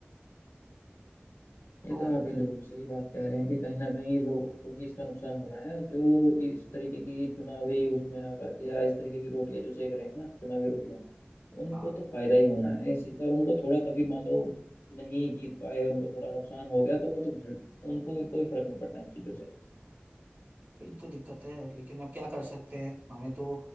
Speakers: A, on the left; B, on the right.
A: ये
B: तो
A: तो आप बिल्कुल सही बात कह रहे हैं कि कहीं ना कहीं लोगों को ही इसका नुकसान होना है जो इस तरीके की चुनावी उसमें आकर के या इस तरीके की रोटियां जो सेक रहे हैं ना चुनावी रोटियां उनको
B: हाँ
A: तो फायदा ही होना है इस चीज का और उनको थोड़ा कभी मान लो नहीं जीत पाए उनको थोड़ा नुकसान हो गया तो वो तो भर उनको कोई फर्क नहीं पड़ता इन चीजों से
B: वही तो दिक्कत है लेकिन अब क्या कर सकते हैं हमें तो